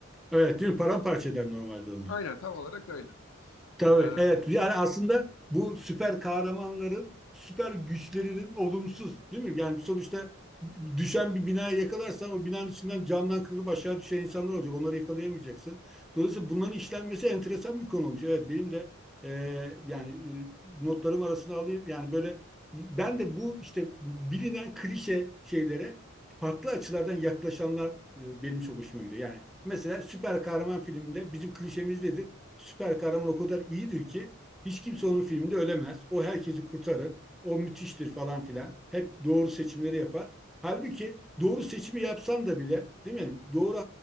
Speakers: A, in the centre; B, on the left (about 70°).
A: Evet, değil mi? Paramparça eder normalde onu.
B: Aynen tam olarak öyle.
A: Tabii,
B: Ee,
A: evet. Yani aslında bu süper kahramanların süper güçlerinin olumsuz, değil mi? Yani sonuçta düşen bir binaya yakalarsan o binanın içinden camdan kırılıp aşağı düşen insanlar olacak. Onları yakalayamayacaksın. Dolayısıyla bunların işlenmesi enteresan bir konu olmuş. Evet, benim de e, yani e, notlarım arasına alayım. Yani böyle ben de bu işte bilinen klişe şeylere farklı açılardan yaklaşanlar e, benim çok hoşuma gidiyor. Yani mesela süper kahraman filminde bizim klişemiz nedir? süper kahraman o kadar iyidir ki hiç kimse onun filminde ölemez. O herkesi kurtarır. O müthiştir falan filan. Hep doğru seçimleri yapar. Halbuki doğru seçimi yapsan da bile, değil mi? Doğru